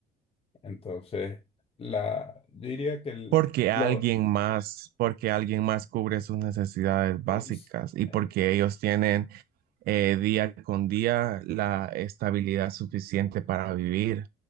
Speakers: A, on the left (about 35°); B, on the right (about 65°).
A: Entonces, la, yo diría que el-
B: Porque
A: lo...
B: alguien más, porque alguien más cubre sus necesidades básicas
A: es-
B: y
A: eh,
B: porque ellos tienen eh, día con día la estabilidad suficiente para vivir.